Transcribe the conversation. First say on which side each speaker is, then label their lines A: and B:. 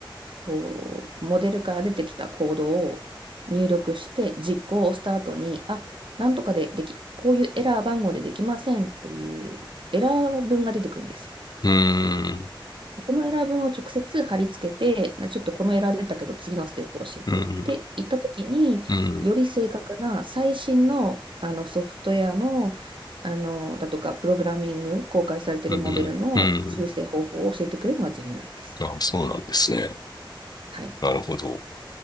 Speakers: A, on the right; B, on the left.
A: こう、モデルから出てきたコードを入力して、実行をした後に、あ、なんとかででき、こういうエラー番号でできませんっていうエラー文が出てくるんですよ。
B: うーん、
A: そのエラー文を直接貼り付けて、ちょっとこのエラー出たけど次のステップを教えてって言った時に、
B: うん、うん、
A: より正確な最新の、あのソフトウェアの、あのだとか、プログラミング、公開されているモデルの修正方法を教えてくれるのがジェミナイです。
B: うん、うん。あ、そうなんですね。
A: はい。
B: なるほど。っ